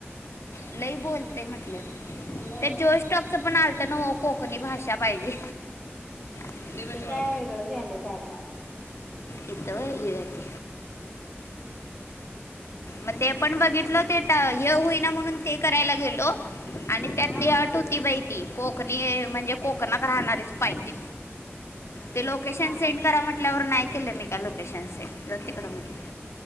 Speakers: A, on the left; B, in the centre.
A: लई बोलतय म्हटलं
B: व्हय.
A: ते जोश टॉकचं पण आलत ना. कोकणी भाषा पाहिजे. ती नाही
B: ते
A: जेवायला
B: काय वेगळंच आले काय काय?
A: इतव ये आहेेत. मग ते पण बघितल ते हे होईना म्हणून ते करायला गेलो. आणि त्यात
B: हा
A: ती
B: बोल
A: अट
B: की.
A: होती बहि तती कोकणी म्हणजे कोकणात राहणारीच पाहिजे.
B: हा
A: ते लोकेशन
B: काय
A: सेंड करा म्हटल्यावर नाही केलं मी का लोकेशन सेंड ज तिकड म्हटलं.